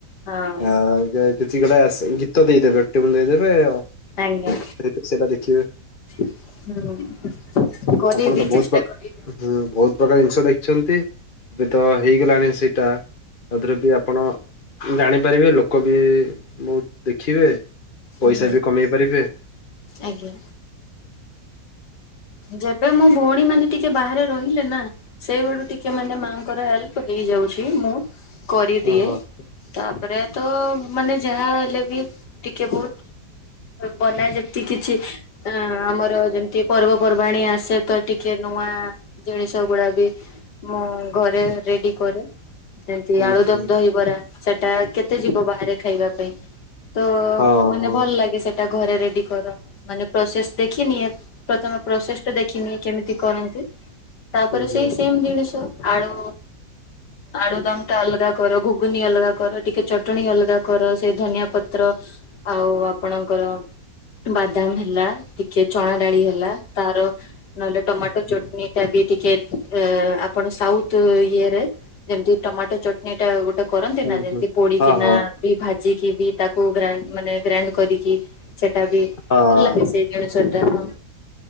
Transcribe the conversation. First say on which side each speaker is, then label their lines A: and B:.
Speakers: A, on the left (about 80°); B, on the left (about 35°).
A: ହଁ
B: ଆ ଜ କିଛି ଗୋଟା ଗୀତ ଦେଇଦେବେ ଦେଇଦେବେ ଆଉ
A: ଆଜ୍ଞା
B: ସେଇଟା ଦେଖିବେ।
A: ହୁଁ କରିବି,
B: ଆପଣ ତ ବହୁତ
A: ଚେଷ୍ଟା କରିବି।
B: ହୁଁ ବହୁତ ପ୍ରକାର ଜିନିଷ ଦେଖିଛନ୍ତି ଏବେ ତ ହେଇଗଲାଣି ସେଇଟା ତା ଦେରେ ବି ଆପଣ ଜାଣିପାରିବେ, ଲୋକ ବି ବହୁ ଦେଖିବେ
A: ହୁଁ
B: ପଇସା ବି କମେଇ ପାରିବେ।
A: ଆଜ୍ଞା। ଯେବେ ମୋ ଭଉଣୀ ମାନେ ଟିକେ ବାହାରେ ରହିଲେ ନା ସେଇ ବଳୁ ଟିକେ ମାନେ ମାଆଙ୍କର ହେଲ୍ପ ହେଇଯାଉଛି, ମୁଁ କରିଦିଏ।
B: ଓହୋ
A: ତାପରେ ତ ମାନେ ଯାହା ହେଲେ ବି ଟିକେ ବହୁତ ବନା ଯେ କି କିଛି ହ ଆମର ଯେମିତି ପର୍ବପର୍ବାଣୀ ଆସେ ତ ଟିକେ ନୂଆ ଜିନିଷ ଗୁଡା ବି ମୁଁ ଘରେ ରେଡି କରେ। ଯେମତି
B: ହୁଁ
A: ଆଳୁ ଦମ
B: ହୁଁ
A: ଦହିବରା ସେଟା କେତେ ଯିବ ବାହାରେ ଖାଇବା ପାଇଁ। ତ
B: ହଁ
A: ମାନେ
B: ହଁ
A: ଭଲ ଲାଗେ ସେଟା ଘରେ ରେଡି କରେ ମାନେ ପ୍ରୋସେସ ଦେଖିନିଏ। ପ୍ରଥମେ ପ୍ରୋସେସ ଟା ଦେଖିନିଏ କେମିତି କରନ୍ତି, ତାପରେ
B: ହୁଁ ହୁଁ
A: ସେଇ ସେମ ଜିନିଷ ଆଳୁ। ଆଳୁ ଦମ ଟା ଅଲଗା କର, ଘୁଗୁନି ଅଲଗା କର, ଟିକେ ଚଟଣି ଅଲଗା କର, ସେଇ ଧନିଆ ପତ୍ର ଆଉ ଆପଣଙ୍କର ବାଦାମ ହେଲା ଟିକେ ଚଣା ଡାଳି ହେଲା ତାର ନହେଲେ ଟମାଟୋ ଚଟନୀ ଟା ବି ଟିକେ ଆପଣ ସାଉଥ ଇଏରେ ଯେମିତି ଟମାଟୋ ଚଟଣି ଟା ଗୋଟେ ତ କରନ୍ତି
B: ହୁଁ
A: ନା ଯେମତି
B: ହୁଁ
A: ପୋଡିକିନା
B: ହଁ ହଁ
A: ବି ଭାଜିକି ବି ତାକୁ ଗ ମାନେ ଗ୍ରାଇଣ୍ଡ କରିକି। ସେଟା ଭଲ
B: ହଁ
A: ଲାଗେ ସେ। ଦେଢଶ ଟା ହଁ